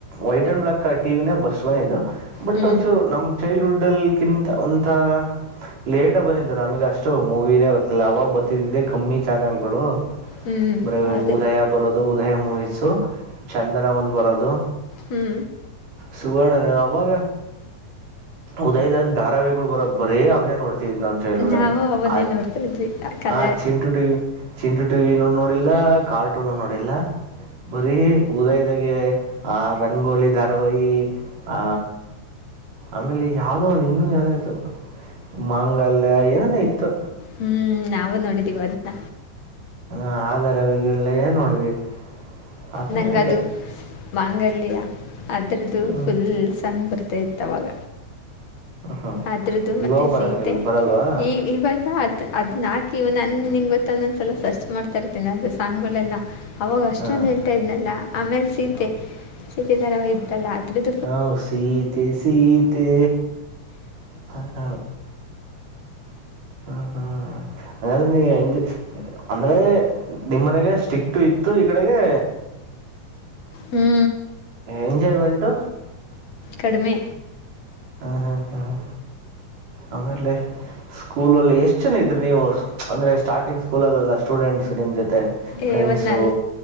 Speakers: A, on the right; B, on the left.
A: white and black ಟಿವ ವಿನೇ ಬಸ್ಟ್ವೇ ಇದು ಬಟ್
B: ಹ್ಞೂ
A: ಒಂಚೂರು ನಮ್ಮ ಚೈಲ್ಡ್ ಹುಡ್ ಅಲ್ಲಿ ಕಿಂತ ಒಂಥರ ಲೇಟ್ ಬಂದಿದ್ದು ನಮಗ ಅಷ್ಟ ಅಷ್ಟು ಮೂವಿನೇ ಬರುತ್ತ ಇರ್ಲಿಲ್ಲ ಅವಾಗ ಬರ್ತಿದೆ ಕಮ್ಮಿ ಚಾನೆಲ್ ಗಳು
B: ಹ್ಞೂ
A: ಬ
B: ಹೌದು
A: ಉದಯ ಬರೋದು ಉದಯ ಮೂವಿಸು ಚಂದನ ಒಂದ್ ಬರೋದು
B: ಹೂ
A: ಸುವರ್ಣ ಅವಾಗ ಉದಯದಾಗ ಧಾರಾವಿಗಳು ಬರೋದು ಬರೇ ಅವನೇ ನೋಡ್ತಿದ್ ನ ೈಡ
B: ನಾವು ಅವನ್ನೇ
A: ಆ
B: ನೋಡ್ತಾ ಇದ್ವಿ ಆ ಕಲೆ
A: ಹ ಚಿಂಟು ಟಿ ವಿ ಚಿಂಟು ಟಿವಿನ ನೋಡಿಲ್ಲ ಕಾರ್ಟೂನು ನೋಡಿಲ್ಲ ಬರೀ ಉದಯದಾಗೆ ಆ ರಂಗೋಲಿ ಧಾರವಾಹಿ ಆ ಆಮೇಲೆ ಯಾವ್ದೋ ಒಂದು ಇನ್ನುೂ ಏನ ಇತ್ತು ಮಾಂಗಲ್ಯ ಏನಾನ ಇತ್ತು
B: ಹೂ ನಾವು ನೋಡಿದೀವಿ ಅದ್ನ
A: ಹ ಆಾರ ಅವಲ್ಲ ಏನ್ ನೋಡಿದ್ವಿ ಆಮೇಲೆ
B: ನಂಗದು
A: ಹಂಗೆ
B: ಮಾಂಗಲ್ಯ ಅದರದ್ದು
A: ಹ್ಞೂ
B: ಫುಲ್ ಸಾಂಗ್ ಬರ್ತೈತ್ತು ತವಾಗ
A: ಹ್ಞೂ
B: ಅದ್ರುದು ಮತ್ತುತ್ತೆ
A: ಇವಾಗ ಬರೋಂಗಿಲ್ಲ
B: ಸೀತೆ
A: ಬರಲ್ವಾ
B: ಈ ಇವಾಗದು ಅದನ್ನ ನಾಕಿ ಇವ ನನ್ ನಿಂಗ ಗೊತ್ತಂದೊಂದ್ಸಲ ಸರ್ಚ್ ಮಾಡ್ತಾ ಇರ್ತೀನಿ ಅದು ಸಾಂಗ್ಗಳೆಲ್ಲ ಅವಾಗ ಅಷ್ಟೊಂದು
A: ಹಾಂ
B: ಹೇಳ್ತಾ ಇದ್ನಲ್ಲ ಆಮೇಲೆ ಸೀತೆ ಸೀತೆ ತರ ಇತ್ತಲ್ಲ ಅದ್ರದ್ದ
A: ಹಾ ಸೀತೆ ಸೀತೆ ಹ ಹ ಹೂ ಹೂ ಅ್ರೆಜ ಅಂದ್ರೆ ನಿಮ್ಮ್ನೆಗೆ ಸ್ಟಿಕ್ು ಇತ್ತು ಈ ಕಡೆಗೆ
B: ಹ್ಞೂ
A: ಎಂಜಾಯ್ಮೆಂಟ್ು
B: ಕಡಿಮೆ
A: ಹೂ ಹೂ ಹಾ್ ಆಮೇಲೆ ಸ್ಕೂಲಲ್ಲಿ ಎಷ್ಟು ಜನ ಇದ್ದರು ನೀವು ಅಂದರೆ ಸ್ಟಾರ್ಟಿಂಗ್ ಸ್ಕೂಲಲ್ಲೆಲ್ಲ ಸ್ಟೂಡೆಂಟ್ಸ್ ನಿಮ್ಮ ಜೊತೆ
B: ಎ
A: ಫ್ರೆಂಡ್ಸು
B: ಹೊನ್ನಾಲ್